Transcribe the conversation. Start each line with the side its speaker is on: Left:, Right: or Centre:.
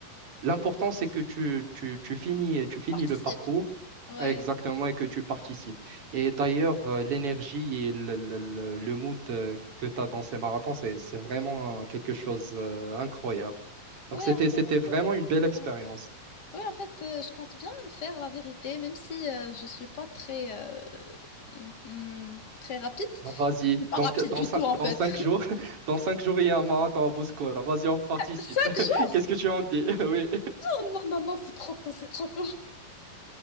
Right: l'important, c'est que tu, tu, tu finis, tu finis
Left: Participe.
Right: le parcours.
Left: Ouais.
Right: Exactement, et que tu participes. Et d'ailleurs, euh, l'énergie et le, le- le- le mood euh, que tu as dans ces marathons, c'est, c'est vraiment euh, quelque chose d'incroyable. Donc,
Left: Ouais,
Right: c'était,
Left: en
Right: c'était
Left: fait.
Right: vraiment
Left: euh,
Right: une belle expérience.
Left: ouais. Ouais, en fait, euh, je compte bien le faire, la vérité, même si euh, je suis pas très, euh, mm, mm, très rapide.
Right: Bah, vas-y,
Left: Pas
Right: donc
Left: rapide
Right: dans
Left: du
Right: cinq,
Left: tout, en fait.
Right: dans cinq jours, <laughs> dans cinq jours, il y a un marathon à Bouskoura. Vas-y, on participe.
Left: <laughs> Cinq
Right: <laughs>
Left: jours?
Right: Qu'est-ce que tu en dis? <laughs> Oui.
Left: Non, non, non, c'est trop tôt, c'est trop tôt.